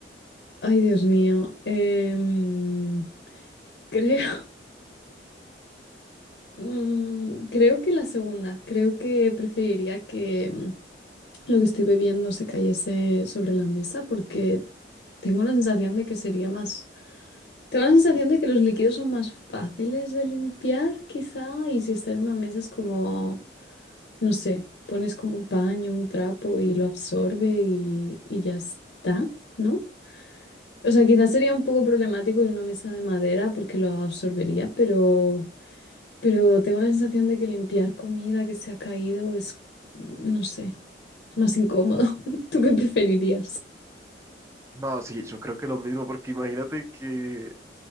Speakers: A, on the left; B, on the right.
A: Ay, Dios mío. Em, creo, <laughs> mm, creo que la segunda. Creo que preferiría que mm, lo que estoy bebiendo se cayese sobre la mesa porque tengo la sensación de que sería más Tengo la sensación de que los líquidos son más fáciles de limpiar, quizá, y si está en una mesa es como, no sé, pones como un paño, un trapo y lo absorbe y, y ya está, ¿no? O sea, quizás sería un poco problemático en una mesa de madera porque lo absorbería, pero, pero tengo la sensación de que limpiar comida que se ha caído es, no sé, es más incómodo. <laughs> ¿Tú qué preferirías?
B: No, sí, yo creo que lo mismo, porque imagínate que,